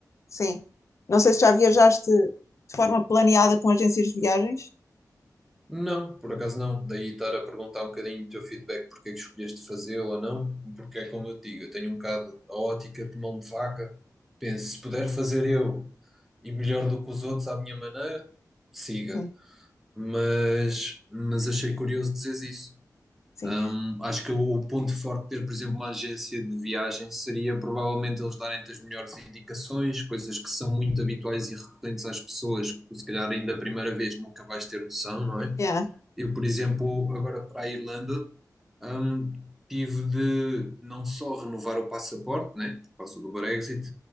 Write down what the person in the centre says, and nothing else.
Não, por acaso não. Daí estar a perguntar um bocadinho do teu feedback, porque é que escolheste fazer ou não, porque é como eu te digo, eu tenho um bocado a ótica de mão de vaca. Penso, se puder fazer eu e melhor do que os outros à minha maneira, siga.
Mas, mas achei curioso dizeres isso.
Hum, acho que o, o ponto forte de ter, por exemplo, uma agência de viagem seria provavelmente eles darem-te as melhores indicações, coisas que são muito habituais e recorrentes às pessoas, que tu se calhar ainda a primeira vez nunca vais ter noção, não é?
Eu, por exemplo, agora para a Irlanda, hum, tive de não só renovar o passaporte, né, por causa do Brexit,